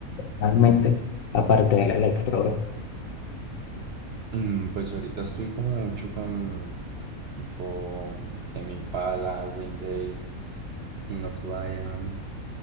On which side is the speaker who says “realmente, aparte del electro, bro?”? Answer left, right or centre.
Left